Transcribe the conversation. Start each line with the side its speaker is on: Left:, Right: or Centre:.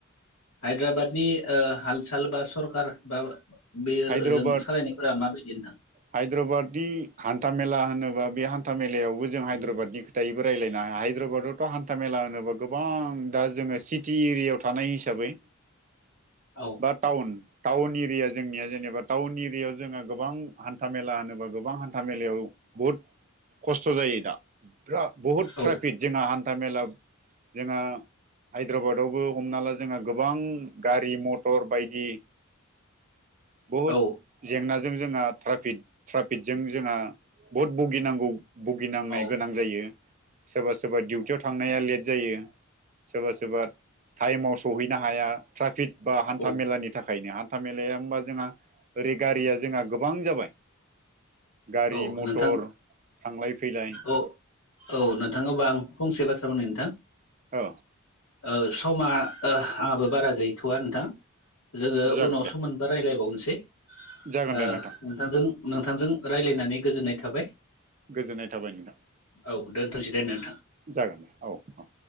Left: हायद्राबादनि ओ हालसाल बा सरखार बा बे
Right: हायद्राबाद
Left: ओजों सालायनायफोरा माबायदि नोंथां?
Right: हायद्राबादनि हान्था मेला होनोबा बे हान्था मेलायावबो जों हायद्राबादनि
Left: उम
Right: खोथायैबो रायजलाय हायद्राबादावथ' हान्था मेला होनोबा गोबां दा जोङो सिटि एरियायाव थानाय हिसाबै
Left: औ
Right: बा टाउन टाउन एरिया जोंनिया जेनेबा टाउन एरियायाव जोंहा गोबां हान्था मेला होनोबा गोबां हान्था मेलायाव बहुद खस्थ' जायो। दा बहुद
Left: औ
Right: ट्राफिक जोंहा हान्था मेला जोंहा हायद्राबादावबो हमना ला जोंहा गोबां गारि मटर बायदि बहुद
Left: औ
Right: जेंनाजों जोंहा ट्राफिट ट्राफिटजों जोंहा बहुद बुगिनांगौ बुगिनांनाय
Left: औ
Right: गोनां जायो। सोरबा सोरबा डिउटियाव थांनाया लेट जायो सोरबा सोरबा टाइमाव सहैनो हा हाया ट्राफिट बा हान्था
Left: औ
Right: मेलानि थाखायनो हान्था मेलाया ओमबा जोंहा ओरै गारिया जोंहा गो गोबां जाबाय गारि
Left: औ
Right: मतर
Left: नोंथां
Right: थांलाय-फैलाय
Left: औ औ नोंथां ओबा आं फंसे बाथ्रा बुंनि नोंथां
Right: औ
Left: ओ समा आंहाबो बारा गैथ'वा नोंथां जोङो
Right: जागोन
Left: उनावसो
Right: दे
Left: मोनबा रायलायबावनोसै
Right: जागोन दे
Left: ओ
Right: नोंथां
Left: नोंथांजों नोंथांजों रायलायनानै गोजोननाय थाबाय
Right: गोजोननाय थाबाय नोंथां
Left: औ दोनथ'सै दे नोंथां
Right: जागोन दे औ औ